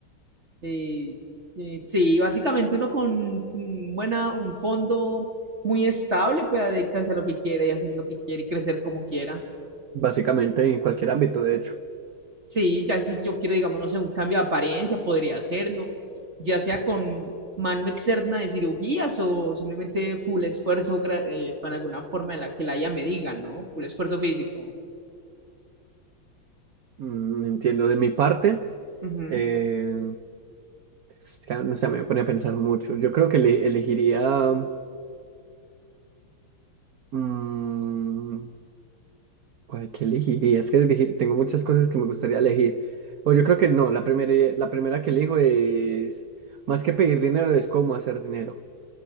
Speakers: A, on the right (about 35°); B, on the right (about 65°).
A: eh, eh, sí, básicamente uno con mm, buena, un fondo muy estable puede dedicarse a lo que quiera y hacer lo que quiera y crecer como quiera.
B: básicamente en cualquier ámbito, de hecho.
A: Sí, ya si yo quiero, digamos, no sé, un cambio de apariencia, podría hacerlo, ya sea con mano externa de cirugías o simplemente full esfuerzo gra- eh, con alguna forma en la que la IA me diga, ¿no? Full esfuerzo físico.
B: Mm, entiendo de mi parte.
A: Ujú.
B: eh, es que no sé, me pone a pensar mucho. Yo creo que le- elegiría... mm, ay, ¿qué elegiría? Es que elegir- tengo muchas cosas que me gustaría elegir. O yo creo que no, la primera, la primera que elijo es... Más que pedir dinero, es cómo hacer dinero.